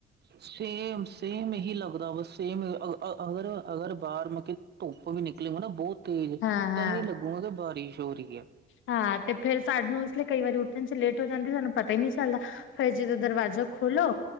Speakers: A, on the right; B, on the left.
A: ਸੇਮ ਸੇਮ ਏਹੀ ਲੱਗਦਾ ਬਸ ਸੇਮ ਅ-ਅ-ਅਗਰ ਅਗਰ ਬਾਹਰ ਮਲ ਕੀ ਧੁੱਪ ਵੀ ਨਿਕਲੀ ਹੋਵੇ ਨਾ ਬਹੁਤ ਤੇਜ਼,
B: ਹਾਂ
A: ਤਾਂ
B: ਹਾਂ
A: ਏਹੀ ਲਗ ਬਹੁਤ ਬਾਰਿਸ਼ ਹੋ ਰਹੀ ਆ।
B: ਹਾਂ ਤੇ ਫਿਰ ਸਾਨੂੰ ਇਸ ਲਈ ਕਈ ਵਾਰੀ ਉੱਠਣ ਚ ਲੇਟ ਹੋ ਜਾਂਦੀ, ਸਾਨੂੰ ਪਤਾ ਈ ਨੀ ਚੱਲਦਾ। ਫਿਰ ਜਦੋਂ ਦਰਵਾਜ਼ਾ ਖੋਲੋ,